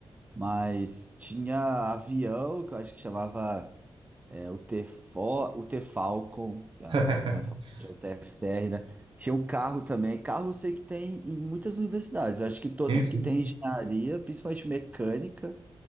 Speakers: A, on the right; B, on the right.
A: Mas tinha avião, que eu acho que chamava é, o T-Fo, o T-Falcon, que é a-
B: <laughs>
A: não vai falar, tinha o TFR, né? Tinha um carro também. Carro eu sei que tem em muitas universidades. Eu acho que todas
B: Sim, sim.
A: que têm engenharia, principalmente mecânica,